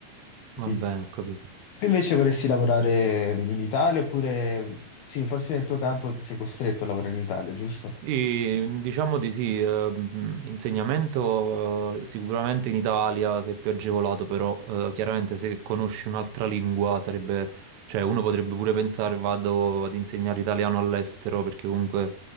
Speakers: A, on the left (about 75°); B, on the right (about 80°).
A: capito?
B: va bene, ho capito.
A: Tu invece vorresti lavorare in Italia oppure, sì, forse nel tuo campo tu sei costretto a lavorare in Italia, giusto?
B: Sì, diciamo di sì, eh, mh, insegnamento eh, sicuramente in Italia sei più agevolato, però eh, chiaramente se conosci un'altra lingua sarebbe, cioè uno potrebbe pure pensare vado ad insegnare italiano all'estero perché comunque